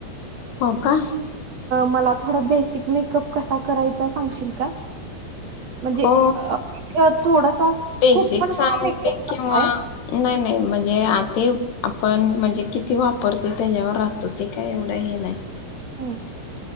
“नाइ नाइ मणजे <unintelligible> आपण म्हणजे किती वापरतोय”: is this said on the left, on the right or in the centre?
Left